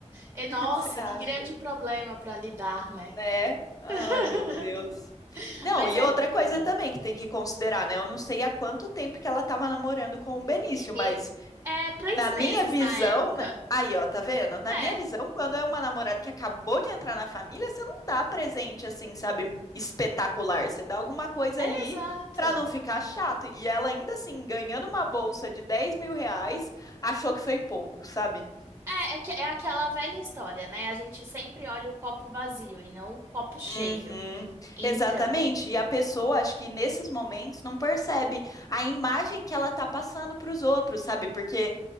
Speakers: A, on the right; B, on the left.
A: e nossa,
B: Você acha,
A: que grande problema para lidar, né?
B: né? Ai,
A: <laughs>
B: meu Deus. Não,
A: Mas
B: e
A: é
B: outra
A: complicado.
B: coisa também que tem que considerar, né? Eu não sei há quanto tempo que ela estava namorando com o Benício,
A: E
B: mas
A: é três
B: na minha
A: meses
B: visão,
A: na época.
B: né? Aí, ó, tá vendo? Na
A: É,
B: minha visão, quando é uma namorada que acabou de entrar na família, você não dá presente assim, sabe? Espetacular. Você dá alguma coisa
A: é
B: ali
A: exato.
B: pra não ficar chato. E ela ainda assim, ganhando uma bolsa de 10 mil reais, achou que foi pouco, sabe?
A: É, é, que- é aquela velha história, né? A gente sempre olha o copo vazio e não o copo cheio.
B: Uhum,
A: Então,
B: exatamente. E a pessoa, acho que nesses momentos, não percebe a imagem que ela tá passando para os outros, sabe? Porque